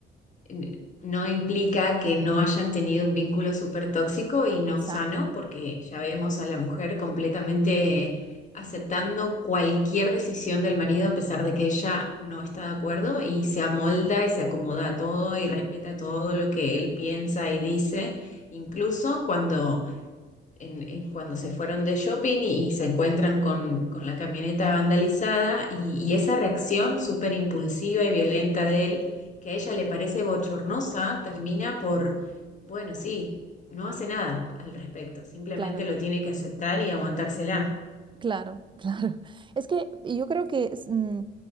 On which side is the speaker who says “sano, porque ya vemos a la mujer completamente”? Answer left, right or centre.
Left